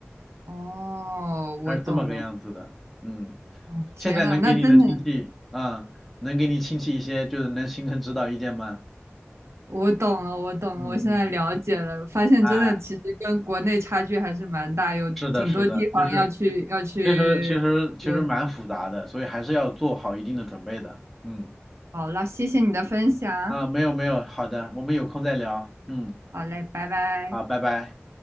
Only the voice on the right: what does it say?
哦，我懂了。
哦天呐，
那真的
我懂了，我懂了，
我现在了解了，发现真的其实跟国内差距还是蛮大，
有挺多地方要去要去有。
好了，谢谢你的分享。
好嘞，拜拜。